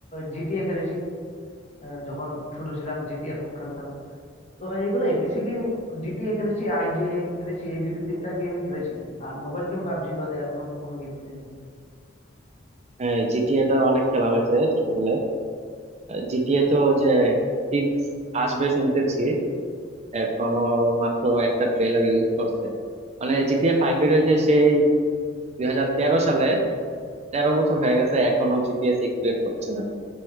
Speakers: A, on the left; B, on the right.
A: জিটিএ খেলেছি আহ, যখন ছোট ছিলাম জিটিএ খুব খেলতাম তো এইগুলোই পিসি গেম জিটিএ খেলেছি আইজিআই খেলেছি এই দুইটা তিনটা গেমই খেলেছি আর মোবাইল গেম পাবজি বাদে আমি অন্য কোনো গেম খেলিনি
B: হ্যাঁ জিটিএ টা অনেক খেলা হয়েছে ছোটবেলায় জিটিএ তো যে সিক্স আসবে শুনতেছি এখনো মাত্র একটা ট্রেলার রিলিজ করছে মানে জিটিএ ফাইভ বের হয়েছে সেই দুই হাজার তেরো সালে তেরো বছর হয়ে গেছে এখনো জিটিএ সিক্স বের করছে না